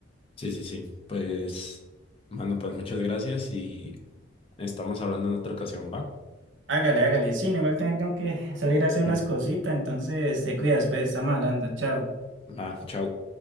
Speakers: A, on the left (about 30°); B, on the right (about 75°).
A: sí, sí, sí. Pues, bueno, pues muchas gracias y Estamos hablando en otra ocasión, ¿va?
B: Hágale, hágale, sí, no, igual también tengo que salir a hacer unas
A: <laughs>
B: cositas, entonces te cuidas, pues estamos hablando, chao.
A: Ah, chao.